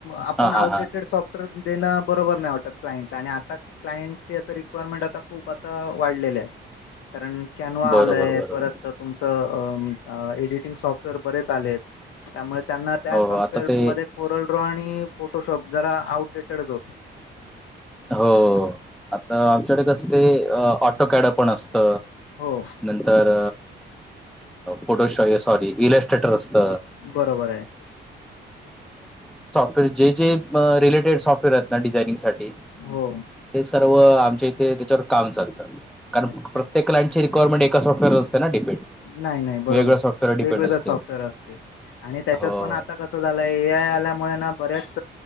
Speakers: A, on the left; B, in the centre.
A: आपण
B: हा
A: आउटडेटेड
B: हा हा
A: सॉफ्टवेअर देण बरोबर नाही वाटत क्इंटला आणि आता क्लाइंटची आता रिक्वायरमेंट आता खूप आता वाढलेले आहेत कारण कॅनवा
B: बरोबर
A: आलाय
B: बरोबर
A: परत तुमचं एडिटिंग सॉफ्टवेअर बरेच आले आहेत त्यामुळे त्यांना त्या
B: हो हो
A: कमपेअर
B: आता ते
A: टू मध्ये कोरल रॉ आणि फोटोशॉप जरा आउटडेट डच होत
B: हो आता आमच्याकडे कस ते ऑटो कॅड पण असत
A: हो
B: नंतर फोटो सॉरी थेटर अस्त.
A: बरोबर आहे
B: जे जेे रिलेटेड सफवेअर आहेत ना डिनिंगसाठी
A: हो
B: ते सर्व व आमच्या इथे त्याच्यावर काम चालत कारण
A: अच्छा.
B: प्रत्येक क्लाईंटची रिक्वायरमेंट एक का सॉफ्टवेअर वर असते ना डिपेंड
A: नाही नाही बरोबर
B: वेगवेगळ्या
A: आहे.
B: सॉफ्टवेअर वर डिपेंड
A: वेगवेगळं
B: असते.
A: सॉफ्टवेअर असते. आणि त्याच्यात
B: हो
A: पण आता कसं झालंय ए आय आल्यामुळे ना बऱ्याच